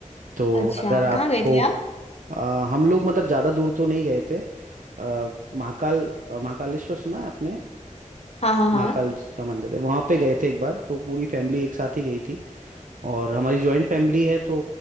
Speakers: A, on the right; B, on the left.
A: तो
B: अच्छा
A: अगर आपको
B: कहाँ गए थे आप
A: अ, हम लोग मतलब ज़्यादा दूर तो नहीं गए थे अ, महाकाल अ, महाकालेश्वर सुना है आपने
B: हाँ हाँ हाँ
A: महाकाल जी का मंदिर है वहां पे गए थे एक बार तो पूरी फैमिली एक साथ ही गई थी और हमारी जॉइंट फैमिली है तो